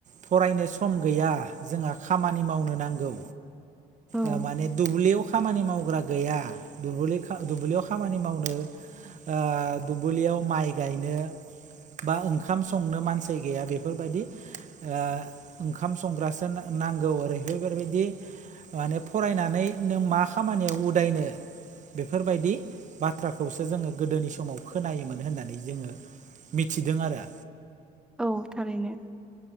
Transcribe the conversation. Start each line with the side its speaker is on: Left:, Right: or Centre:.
Right: फरायनो सम गैया जोंहा खामानि मावनो नांगौ
Centre: औ
Right: ओ माने दुब्लियाव खामानि मावग्रा गैया दुबुलि खा दुब्लियाव खामानि मावनो ओ दुब्लियाव माइ गायनो बा ओं खाम संनो मानसि गैया बेफोरबायदि ओ ओंखाम संग्रासो ना-नांगौ ओरैहाय बेफोरबायदि माने फरायनानै नों मा खामानियाव उदायनो बेफोरबायदि बाथ्राखौसो जोङो गोदोनि समाव खोनायोमोन होननानै जोङो मिथिदों आरो।
Centre: औ थारैनो।